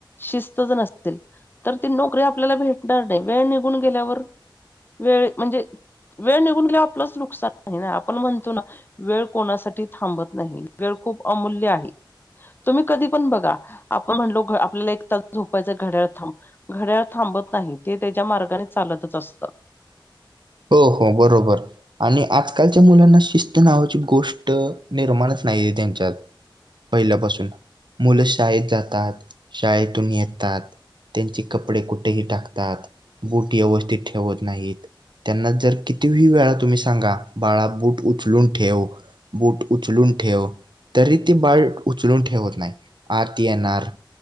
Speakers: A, on the left; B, on the right.
A: शिस्त ज नसते ते तर ती नोकरी आपल्याला भेटणार नाही वेळ निघून गेल्यावर वेळ म्हणजे वेळ निघून गेऊ आपलंच नुकसान. नाही नाही आपण म्हणतो ना वेळ कोणासाठी थांबत नाही वेळ खूप अमूल्य आहे. तुम्ही कधी पण बघा आपण म्हणलो आपल्याला एक तास झोपायचं घड्याळ थांब घड्याळ थांबत नाही ते त्याच्या मार्गाने चालतच असतं.
B: हो हो बरोबर. आणि आजकालच्या मुलांना शिस्त नावाची गोष्ट निर्माणच नाही आहेे त्यांच्यात. पहिल्यापासून मुलं शाळेत जातात शाळेतून येतात. त्यांचे कपडे कुठेही टाकतात बूट व्यवस्थित ठेवत नाहीत. त्यांना जर कितीही वेळा तुम्ही सांगा बाळा बूट उचलून ठेव. बूट उचलून ठेव. तरी ती बाळ उचलून ठेवत नाही आरती येणार आ